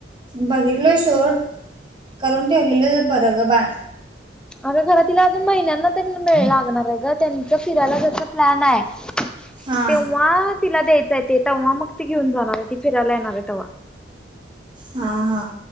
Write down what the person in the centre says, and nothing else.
अग घरा तिल अजून महिन्यान त्यांना मेळ लागणार एग त्यांच फिरायला जायच प्लॅन ये
तेव्हा तिला द्यायचय ते, तेव्हा मग ती घेऊन जाणार ऐय ती फिरायला येणार ए तेव्हा.